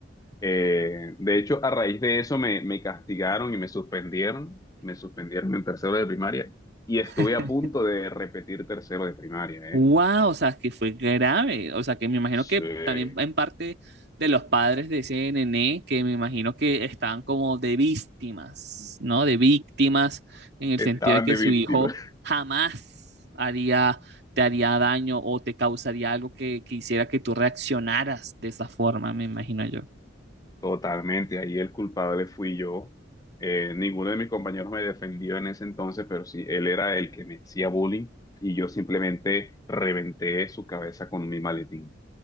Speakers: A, on the left; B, on the right.
A: Eh, de hecho, a raíz de eso me, me castigaron y me suspendieron. Me suspendieron en tercero de primaria y estuve
B: <laughs>
A: a punto de repetir tercero de primaria, ¿eh?
B: Wow, o sea, que fue grave. O sea, que me imagino
A: Sí.
B: que también en parte de los padres de ese nené, que me imagino que estaban como de víctimas, ¿no? De víctimas, en el
A: Estaban
B: sentido de que
A: de
B: su
A: víctima.
B: hijo jamás haría, te haría daño o te causaría algo que, que hiciera que tú reaccionaras de esa forma, me imagino yo.
A: Totalmente, ahí el culpable fui yo. Eh, ninguno de mis compañeros me defendió en ese entonces, pero sí, él era el que me hacía bullying y yo simplemente reventé su cabeza con mi maletín